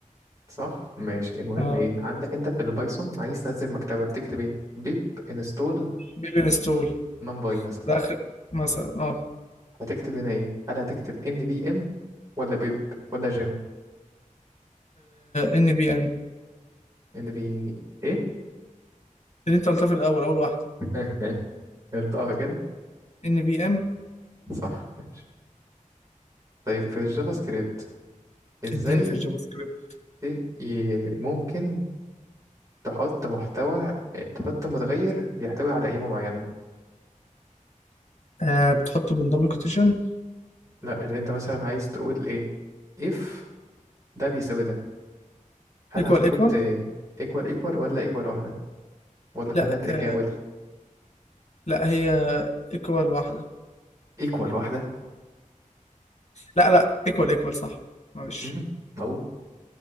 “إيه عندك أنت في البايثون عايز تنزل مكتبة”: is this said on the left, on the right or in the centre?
Right